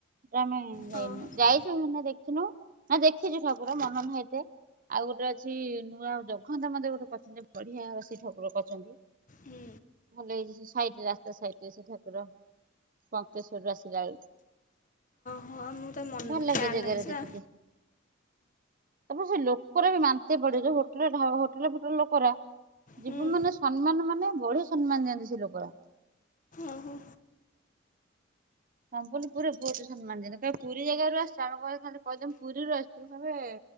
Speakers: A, on the right (about 45°); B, on the left (about 40°).
A: ଆମେ ଯାଇନୁ
B: ହୁଁ।
A: ଯାଇଛୁ ଦେଖିନୁ ନା ଦେଖିଛୁ ଠାକୁର ମନ <unintelligible> ଆଉ ଗୋଟେ ଅଛି ନୂଆ ଜଗନ୍ନାଥ ମନ୍ଦିର ଗୋଟେ <unintelligible> ବଢିଆ ଠାକୁର କରିଛନ୍ତି।
B: ହୁଁ।
A: ଭଲ ହେଇଯାଇଛି ସାଇଡି଼ ରାସ୍ତା ସାଇଡ଼ି। <unintelligible> ଠାକୁର ପଙ୍କେଶ୍ଵରୀ ରୁ ଆସିଲା ବେଳକୁ।
B: ହଁ ମୁଁ ତ ମନେ
A: ଭଲ ଲାଗେ
B: ଖ୍ୟାଲ
A: ଜାଗାରେ
B: ନାହିଁ ସେ
A: ଦେଖିକି ତାପରେ ସେ ଲୋକର ବି ମାନ୍ତେ ପଡେ ଯୋଉ ହୋଟେଲ୍ ହୋଟେଲ ଫୋଟେଲେ ଲୋକରା
B: ହୁଁ
A: ଯିବୁ ମାନେ ସମ୍ମାନ ମାନେ ବଢ଼ିଆ ସମ୍ମାନ ଦିଅନ୍ତି ସେ ଲୋକ।
B: ଓହୋ
A: ସଂପୂଣ୍ଣ ପୁରୀରୁ ପୁରୀ ବହୁତ ସମ୍ମାନ ଦିଅନ୍ତି, ଯେତେହେଲେ ପୁରୀ ଜାଗାରୁ ଆସିଛ ଆମେ କହିବୁ ଖାଲି କହିଦିଅ ମୁଁ ପୁରୀରୁ ଆସିଛୁ କହିବେ